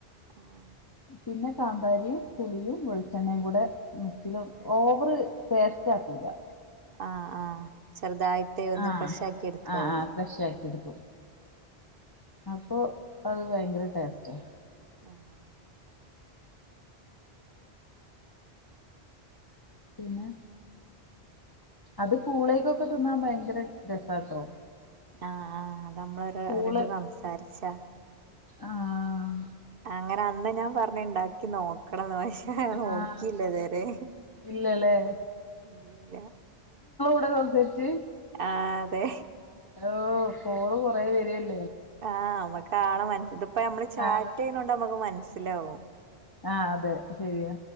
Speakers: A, on the right; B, on the left.
A: ആഹ
B: പിന്നെ കാന്താരിയും പുളിയും വെളിച്ചെണ്ണയും കൂടെ മിക്സിൽ ഓവറ് ടേസ്റ്റ് ആക്കൂ ല
A: ആഹ ആഹ ചെറുതായിട്ട് ഒന്ന്
B: ആഹ്
A: ക്രഷ് ആക്കി എടുക്കാവും
B: ആഹ് ആഹ് ക്രഷ് ആക്കി എടുക്കും അപ്പൊ അത് ഭയങ്കര ടേസ്റ്റാ
A: ആഹ്
B: പിന്നെ അത് പൂളേയ്ക്കൊക്കെ തിന്നാൻ ഭയങ്കര രസാട്ടോ
A: ആഹ് ആഹ് അത് നമ്മളോരട്ടം
B: പൂള്
A: സംസാരിച്ചാ
B: ആഹ്
A: അങ്ങനെ അന്ന് ഞാൻ പറഞ്ഞു ഉണ്ടാക്കി നോക്കണംന്ന്
B: ആഹ്
A: നോക്കിയില്ലതരേ
B: ഇല്ലല്ലേ
A: ഇല്ലല്ല
B: എപ്പളാ സംസാരിച്ചി
A: ആഹ് തെ
B: ഹ ഫോണ് കൊറേ വരാണ്
A: ആഹ് നമ്മക്കാളെ മന ഇതിപ്പോ നമ്മള് ചാറ്റ്
B: ആഹ്
A: ചയ്യണോണ്ട് നമ്മക്ക് മനസ്സിലാാവും
B: ആഹ് അതെ ശരിയ